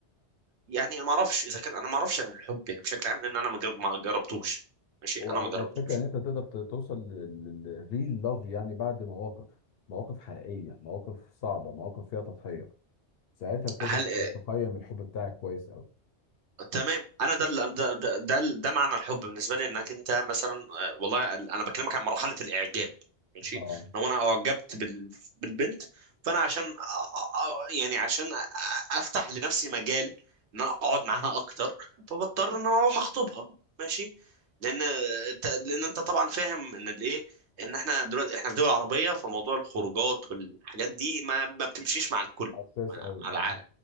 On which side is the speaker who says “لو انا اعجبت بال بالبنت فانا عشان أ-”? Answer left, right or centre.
Right